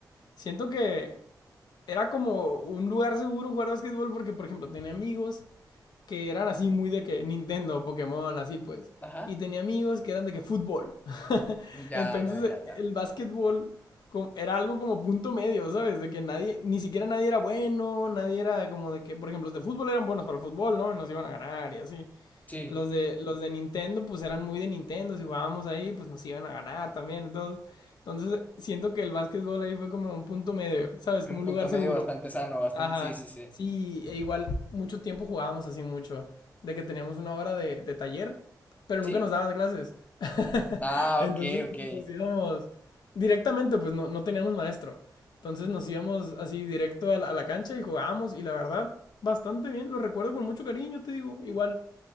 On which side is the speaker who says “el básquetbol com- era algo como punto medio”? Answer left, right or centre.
Left